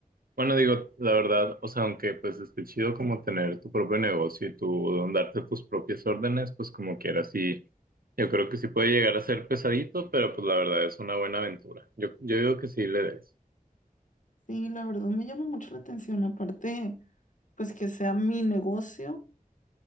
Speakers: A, on the right; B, on the left.
A: bueno, digo, la verdad, o sea, aunque pues esté chido como tener tu propio negocio y tú darte tus propias órdenes, pues como quieras, sí, yo creo que sí puede llegar a ser pesadito, pero pues la verdad es una buena aventura. Yo, yo digo que sí le des.
B: Sí, la verdad me llama mucho la atención. Aparte, pues que sea mi negocio